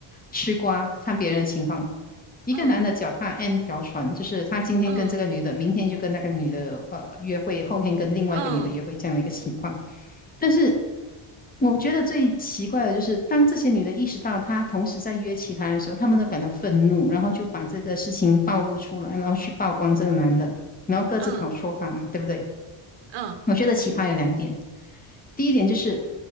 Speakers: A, on the left; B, on the right.
A: 吃瓜，看别人的情况。一个男的脚踏
B: 嗯
A: N 条船，就是他今天跟这个女的，
B: 嗯
A: 明天就跟那个女的呃约会，后天跟另外一个女的约会这样的一个情况。
B: 嗯
A: 但是我觉得最奇怪的就是，当这些女的意识到她同时在约其他人的时候，她们都感到愤怒，然后就把这个事情暴露出来，然后去曝光这个男的，然后各自讨说法嘛，
B: 嗯
A: 对不对？
B: 嗯
A: 我觉得奇葩有两点，第一点就是